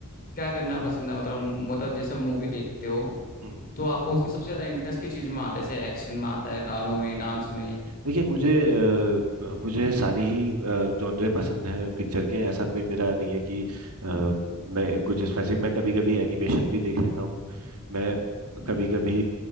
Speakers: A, on the left (about 40°); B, on the right (about 85°).
A: क्या करना पसंद है मतलब मतलब जैसे मूवी देखते हो
B: हम्म
A: तो आपको उसमें सबसे ज्यादा इंटरेस्ट किस चीज में आता है जैसे एक्शन में आता है गानों में डांस में
B: देखिए मुझे अ, मुझे सारी ही जॉनरे पसंद है पिक्चर के ऐसा कोई मेरा नहीं है कि अ, मैं कुछ स्पेसिफिक मैं कभी कभी एनिमेशन भी देख लेता हूँ मैं
A: जी
B: कभी कभी